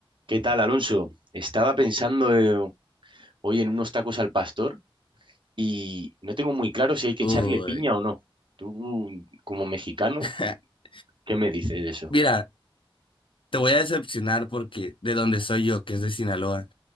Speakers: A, on the right (about 60°); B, on the left (about 65°).
A: ¿Qué tal, Alonso? Estaba pensando eh, hoy en unos tacos al pastor y no tengo muy claro si hay que
B: Uy.
A: echarle piña o no. Tú, como mexicano,
B: <laughs>
A: ¿qué me dices de eso?
B: Mira, te voy a decepcionar porque de donde soy yo, que es de Sinaloa,